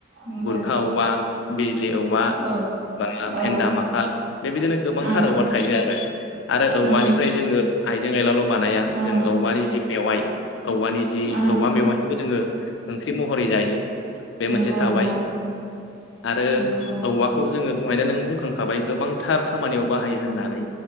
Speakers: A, on the right; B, on the left.
A: नंगौ
B: गुरखा औवा बिजलि औवा
A: औ
B: बाङा
A: औ
B: भेन्दा माखा बेबायदिनो गोबांथार
A: उम
B: औवा थायो आरो, आरो औवानिफ्राय
A: उम
B: जोङो आइजें आइलाल' बानाया
A: उम
B: जों औवानि जि मेवाइ औवानि जि
A: उम
B: औवा मेवाइखौबो जोङो ओंख्रि महरै जायो बे
A: नंगौ
B: मोनसे थाबाय
A: नंगौ
B: आरो
A: नंगौ
B: औवाखौ जोङो दहायनो नों बुंखांखाबाय गोबांथार खामानियाव बाहायो होननानै